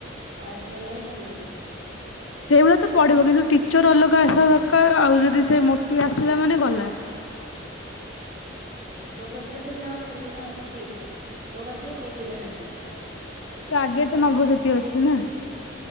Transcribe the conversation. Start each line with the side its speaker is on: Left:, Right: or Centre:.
Right: ଫାଷ୍ଟ୍ ଭଳିଆ ହିଁ ପଡିବ ଦେଖିବୁ।
Left: ସେଇଭଳିଆ ତ ପଡ଼ିବ କିନ୍ତୁ ଟିଚର୍ ଅଲଗା ଆସିବା ଦରକାର୍ ଆଉ ଯଦି ସେ ମୋଟି ଆସିଲା ମାନେ ଗଲା।
Right: ତୋ ପଛରେ ତ ଯାହଉ ଫେମିନା ଅଛି ମୋ ପଛରେ କେହି ନାହାନ୍ତି ଏଥରକ।
Left: ତ ଆଗେରେ ତ ନବଜ୍ୟୋତି ଅଛି ନା।